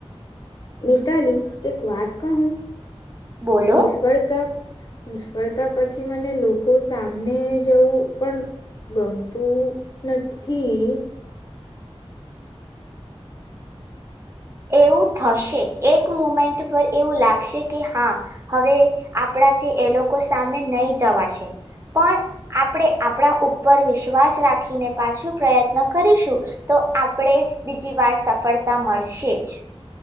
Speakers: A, on the left; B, on the right.
A: Mitali એક વાત કહું
B: બોલો
A: નિષ્ફળતા નિષ્ફળતા પછી મને લોકો સામને જવું પણ ગમતું નથી
B: એવું થશે એક મુમેન્ટ પર એવું લાગશે કે હા હવે આપણાથી એ લોકો સામે નહી જવાશે પણ આપણે આપણા ઉપર વિશ્વાસ રાખીને પાછું પ્રયત્ન કરીશું તો આપણે બીજી વાર સફળતા મળશે જ